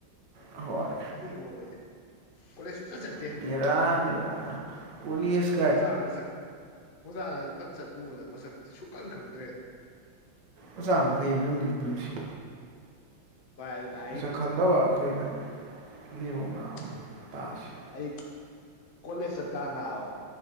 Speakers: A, on the right; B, on the left.
A: ꯍꯣꯏ
B: ꯑꯩ ꯀꯥꯎꯒꯜꯂꯤ ꯀꯣꯂꯦꯁ ꯁꯨꯡꯆꯠ ꯆꯠ
A: ꯕꯦꯔꯥꯅꯤꯗ ꯀꯣꯂꯦꯁ
B: ꯑꯣꯖꯥ ꯃꯁꯛ ꯑꯣꯖꯥ ꯐꯠ ꯆꯠꯂꯨꯕꯗ ꯃꯁꯛ ꯁꯨꯛꯀꯟ ꯈꯪꯗ꯭ꯔꯦ
A: ꯑꯣꯖꯥ ꯃꯈꯩ ꯅꯨꯡꯗꯤ ꯅꯨꯡꯁꯤ
B: ꯚꯥꯥꯏ ꯑꯗꯨ <inaudible>
A: ꯃꯁꯛ ꯈꯪꯗꯕ ꯑꯩꯈꯣꯏꯗ ꯂꯤꯔꯥꯛ ꯅꯥꯕ
B: ꯎꯝ
A: ꯇꯥꯁꯤ
B: ꯑꯩ ꯀꯣꯂꯦꯖ ꯆꯠ ꯀꯥꯟ ꯅꯥꯕ